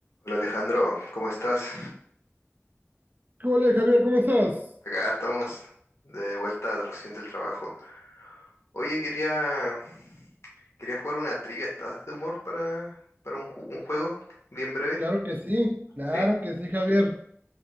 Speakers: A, on the left; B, on the right.
A: Hola Alejandro, ¿cómo estás?
B: ¿Qué ole, Javier? ¿Cómo estás?
A: Acá estamos de vuelta recién del trabajo. Oye, quería, quería jugar una trivia. ¿Estás de humor para, para un, ju- un juego bien breve?
B: Claro que sí, claro
A: ¿Sí?
B: que sí, Javier.